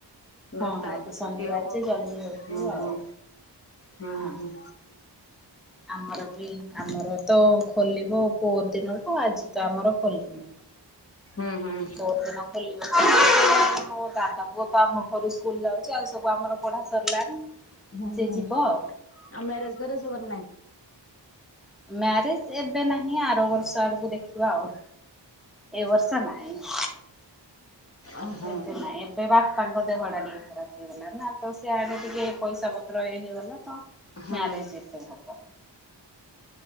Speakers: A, in the centre; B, on the left.
A: ହଁ
B: ଦଶଟା
A: ଆଜି
B: ବେଳକୁ
A: ଶନିବାର
B: ଛୁଟି ହବ
A: ଯେ ଜଲ୍ଦି ହଉଥିବ
B: ହୁଁ
A: ଆଉ
B: ହୁଁ ହୁଁ
A: ହଁ।
B: ହୁଁ।
A: ଆମର ବି ଆମର ତ ଖୋଲିବ ପହରଦିନଠୁ ଆଜି ତ ଆମର ଖୋଲିନି।
B: ହୁଁ ହୁଁ।
A: ପହର ଦିନ ଖୋଲିବ ମୋ ଦାଦା ପୁଅ ତ ଆମ ଘରୁ ସ୍କୁଲ୍ ଯାଉଛି ଆଉ ସବୁ ଆମର ପଢ଼ା ସରିଲାଣି।
B: ହୁଁ ଆଉ
A: ସେ ଯିବ
B: ମ୍ୟାରେଜ୍
A: ଆଉ
B: ଫ୍ୟାରେଜ୍ ହବରା ନାଇଁ?
A: ମ୍ୟାରେଜ୍। ଏବେ ନାହିଁ ଆର ବର୍ଷ ଆଡ଼କୁ ଦେଖିବା ଆଉ ଏ ବର୍ଷ ନାଇଁ।
B: ଓହୋ
A: ଏବେ ନାଇଁ। ତ ବାପା ଙ୍କ ଦେହଟା ଟିକେ ଖରାପ ହେଇଗଲା ନା ତ ସିଆଡ଼େ ଟିକେ ପଇସା ପତ୍ର ଇଏ ହେଇଗଲା ତ ମ୍ୟାରେଜ୍
B: ହଁ
A: ଏବେ ହବ